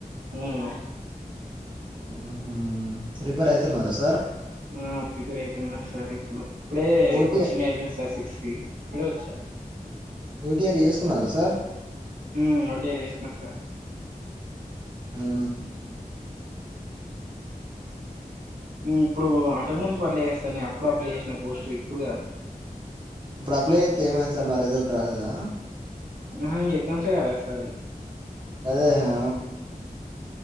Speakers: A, on the right; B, on the right.
A: మ్.
B: ఊహూ ప్రిపేర్ అవుతున్నారా సార్
A: ఆ ప్రిపేర్ అయితున్న సార్ ఇప్పుడు. ఇప్పుడే
B: ఓటీ
A: కోచింగ్ అయిపోయింది సార్ సి స్కి ఇప్పుడే వచ్చా.
B: ఓటీఆర్ చేసుకున్నారా సార్
A: మ్మ్ ఓటిఆర్ చేసుకున్న సార్.
B: మ్ హు
A: ఇప్పుడు అంతకు ముందు పన్లే చేేస్తా అప్పుడప్ అప్లై చేసిన పోస్ట్ ఇప్పుడు కాదు.
B: ఇప్పుడప్లై చేస్తే ఏమైంది సార్ మా రిజల్ట్ రాలేదా
A: నావింకా ఎగ్జామ్సె కాలేదు సార్.
B: అదే హా